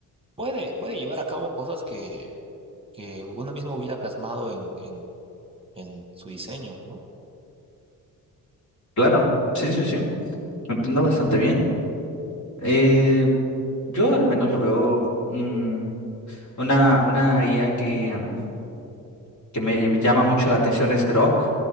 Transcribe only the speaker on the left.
Claro. Sí, sí, sí. Lo Entiendo bastante bien. Eh, yo al menos lo veo mm, una, una IA que, mm, que me, me llama mucho la atención es Grok.